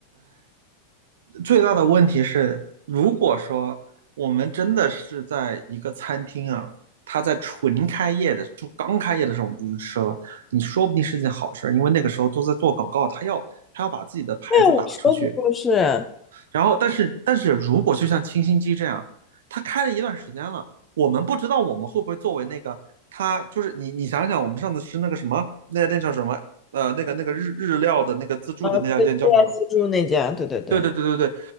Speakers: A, on the right; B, on the left.
A: 最大的问题是，如果说我们真的是在一个餐厅啊，它在纯开业的，就刚开业的时候我们就去吃了，你说不定是件好事因为那个时候都在做广告，他要他要把自己的牌子打出去。
B: 对啊，我说的就是，
A: 然后，但是但是如果就像清新鸡这样，他开了一段时间了，我们不知道我们会不会作为那个他，就是你你想想，我们上次吃那个什么那家店叫什么？呃，那个那个日日料的那个自助的那家店叫什么？
B: 嗯，对，自助那家，对对对，
A: 对对对对对，